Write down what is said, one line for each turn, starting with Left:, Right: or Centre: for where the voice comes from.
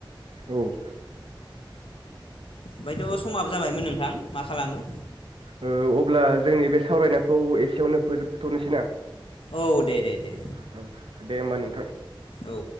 Right: औ <inaudible>
Left: ओमफायथ समाबो जाबायमोन नोंथां मा खालामो?
Right: ओ अब्ला जोंनि बे सावरायनायखौ एसेयावनो फोजोबथनोसै ना।
Left: औ दे दे दे।
Right: औ दे होमबा नोंथां।
Left: औ।